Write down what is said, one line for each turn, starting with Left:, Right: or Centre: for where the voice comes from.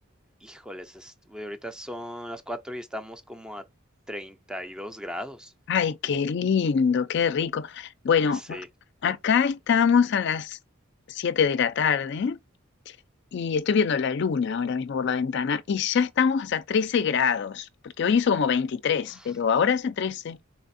Centre: Híjoles, es- güey, ahorita son las 4 y estamos como a treinta y dos grados.
Left: Ay, qué lindo, qué rico. Bueno,
Centre: Sí,
Left: acá estamos a las 7 de la tarde y estoy viendo la luna ahora mismo por la ventana y ya estamos a 13 grados, porque hoy hizo como veintitrés
Centre: uff.
Left: pero ahora hace trece